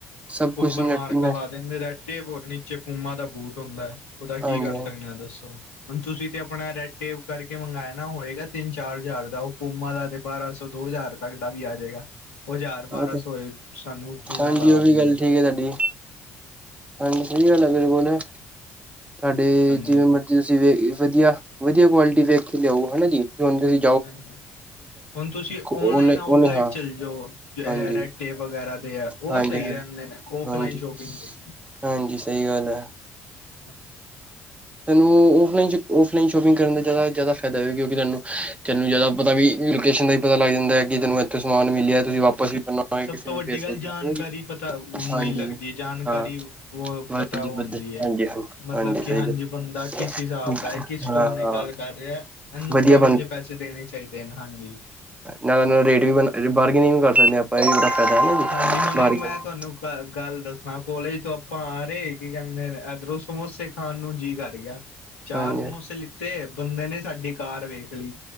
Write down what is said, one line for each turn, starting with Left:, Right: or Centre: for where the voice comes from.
Right: ਸਭ ਕੁਛ
Left: ਉੱਪਰ
Right: ਨੈਟ
Left: ਮਾਰਕਾ
Right: ਨੈਟ
Left: ਲਾ ਦਿੰਦੇ ਰੈ ਏ ਵੋਟ ਨੀਚੇ ਪੂਮਾ ਦਾ ਬੂਟ ਹੁੰਦਾ, ਓਦਾ
Right: ਹਾਂਜੀ
Left: ਕੀ ਕੱਰ ਸਕਣੇ ਆ ਦੱਸੋ। ਹੁਣ ਤੁਸੀਂ ਤੇ ਆਪਣਾ ਰੈ ਟੇਪ ਕੱਰਕੇ ਮੰਗਾਆ ਨਾ, ਹੋਏਗਾ ਤਿੰਨ-ਚਾਰ ਜ਼ਾਰ ਦਾ ਓ ਪੂਮਾ ਦਾ ਤੇ। ਬਾਰਾਂ ਸੌ ਦੋ ਜ਼ਾਰ ਤੱਕ ਦਾ ਵੀ ਆ ਜੇਗਾ। ਹੋਜ਼ਾਰ-ਬਾਰਾਂ
Right: ਹਾਂਜੀ
Left: ਸੌਏ ਸਾਨੂੰ ਚੂਨਾ
Right: ਹਾਂਜੀ
Left: ਲਾ
Right: ਉਹ
Left: ਦਿੰਦੇ।
Right: ਵੀ ਗੱਲ ਠੀਕ ਹੈ ਤੁਹਾਡੀ ਹਾਂਜੀ ਸਈ, ਗੱਲ ਆ, ਮੇਰੇ ਕੋਲ ਨਾ ਸਾਡੀ
Left: ਹਾਂਜੀ
Right: ਜਿਵੇਂ ਮਿ ਤੁਸੀਂ ਵੀ ਵਧੀਆ-ਵਧੀਆ ਕਵਾਲਟੀ ਵੇਖ ਕੇ ਲੇਆਓ, ਹਨਾ ਜੀ ਹਣ ਤੁਸੀ?
Left: ਹਾਂਜੀ, ਹੁਣ ਤੁਸੀਂ ਓਨਲਾਈਨ
Right: ਉਹਨੇ
Left: ਆਊਟਲੈਟ
Right: ਉਹਨੇ ਹਾਂ
Left: ਚੱਲ ਜਾਓ, ਜੋ ੲੈ-ੲੈ
Right: ਹਾਂਜੀ
Left: ਰੈਟ ਟੇ ਵਗੈਰਾ ਦੇ ਅ ਓ
Right: ਹਾਂਜੀ
Left: ਸਈ
Right: ਹਾਂਜੀ
Left: ਰੈੰਦੇ ਨੇ ਔਫਲਾਈਨ
Right: ਹਾਂਜੀ
Left: ਸ਼ੋਪਿੰਗ ਲਈ।
Right: ਹਾਂਜੀ ਸਈ ਗੱਲ ੲੈ।
Left: ਹਾਂਜੀ,
Right: ਤੇਨੂੰ ਔਫਲਾਈਨ ਸ਼, ਔਫਲਾਈਨ ਸ਼ੋਪਿੰਗ ਕਰਨ ਦਾ ਜ਼ਾਦਾ-ਜ਼ਾਦਾ ਫਾਦਾ ਕਿਉਂਕਿ ਤਾਨੂੰ-ਤਾਨੂੰ ਜ਼ਾਦਾ ਪਤਾ ਵੀ ਲੋਕੇਸ਼ਨ ਪਤਾ ਲੱਗਦਾ ਕਿ ਤੈਨੂੰ ਇੱਥੋਂ ਸਮਾਨ ਮਿਲੇਆ, ਤੁਸੀਂ ਵਾਪਸ ਵੀ ਕਰਨਾ। ਹੋਏ
Left: ਸਭ
Right: ਕਿਸੇ
Left: ਤੋਂ
Right: ਨੂੰ
Left: ਵੱਡੀ
Right: ਭੇਜ ਸਕਦੇ
Left: ਗੱਲ, ਜਾਣਕਾਰੀ
Right: ਹੋ ਹਨਾ ਜੀ
Left: ਪਤਾ ਵ
Right: ਹਾਂਜੀ
Left: ਮਈ ਲੱਗਦੀ ਹੈ, ਜਾਣਕਾਰੀ
Right: ਹਾਂ
Left: ਵ
Right: ਹਾਂਜੀ
Left: ਪ ਤਾਂ ੳ ਹੁੰਦੀ
Right: ਵਧ ਹਾਂਜੀ
Left: ਐ,
Right: ਹਾਂਜੀ
Left: ਮਤਲਬ ਕਿ
Right: ਸਹੀ
Left: ਹਾਂਜੀ। ਬੰਦਾ ਕਿਸ ਹਿਸਾਬ
Right: ਗੱਲ
Left: ਦਾ ਏ। ਕਿਸ ਸਟੋਨ
Right: ਹਾਂ ਹਾਂ
Left: ਏ ਗੱਲ ਕਰ ਰੇਐ। ਏਨੂੰ
Right: ਵਧੀਆ
Left: ਕੈਹੋ ਜੇ ਪੈਸੇ ਦੇਣੇ ਚਾਈਦੇ ਨ, ਹਾਂਜੀ।
Right: ਨਾਲ-ਨਾਲ ਰੇਟ ਵੀ ਬਨ ਬਾਰਗੇਨਿੰਗ ਵੀ ਕਰ ਸਕਦੇ ਆਂ ਅਪਾ।
Left: ਹਾਂਜੀ ਹੁਣ ਇੱਕ ਮੈਂ
Right: <unintelligible>
Left: ਤੁਹਾਨੂੰ ਗੱਲ ਦੱਸਣਾ ਕੋਲੇਜ ਤੋਂ ਆਪਾਂ ਆ ਰਹੇ, ਕੀ ਕੈੰਦੇ ਏਧਰੋਂ ਸਮੋਸੇ ਖਾਣ ਨੂੰ ਜੀ ਕੱਰ ਗੇਆ। ਚਾਰ
Right: ਹਾਂਜੀ
Left: ਸਮੋਸੇ ਲਿੱਤੇ, ਬੰਦੇ ਨੇ ਸਾਡੀ ਕਾਰ ਵੇਖ ਲੀ,